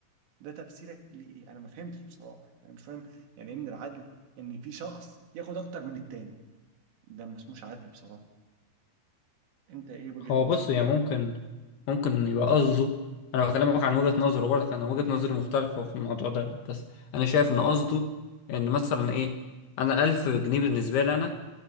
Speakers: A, on the right (about 65°); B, on the left (about 65°).
A: ده تفسيرك لإيه؟ أنا ما فهمتش بصراحة أنا مش فاهم يعني إيه من العدل إن في شخص ياخد أكتر من التاني ده ما اسموش عدل بصراحة أنت إيه وجهة
B: هو
A: نظرك؟
B: بص يعني ممكن ممكن يبقى قصده انا بكلمك عن وجهة نظره برضك انا وجهة نظري مختلفة في الموضوع ده بس انا شايف ان قصده ان مثلا ايه انا ألف جنيه بالنسبة لي انا